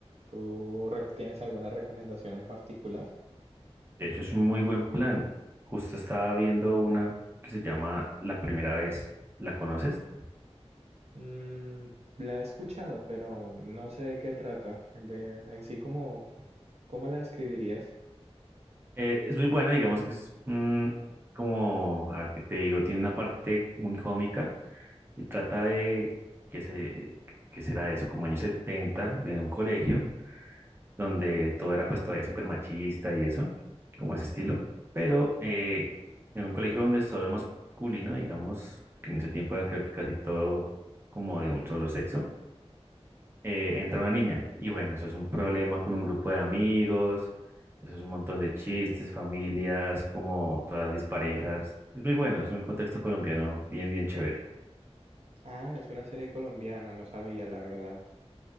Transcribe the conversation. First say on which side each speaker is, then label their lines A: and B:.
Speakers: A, on the right (about 70°); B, on the right (about 20°).
A: ¿Tú rec- tienes alguna recomendación en particular?
B: De hecho, es un muy buen plan. Justo estaba viendo una que se llama La Primera Vez, ¿la conoces?
A: Mm, la he escuchado, pero no sé de qué trata. De, en sí, ¿cómo, cómo la describirías?
B: Eh, es muy buena, digamos que es mm, como, a ver qué te digo, tiene una parte muy cómica y trata de, que se, que será eso? Como años 70, de un colegio donde todo era pues todavía súper machista y eso, como ese estilo, pero eh, en un colegio donde solo es masculino, digamos, que en ese tiempo era creo que casi todo como de un solo sexo, eh, entra una niña y bueno, eso es un problema con un grupo de amigos, eso es un montón de chistes, familias, como todas disparejas, es muy bueno, es un contexto colombiano bien, bien chévere.
A: Ah, es una serie colombiana, no sabía, la verdad.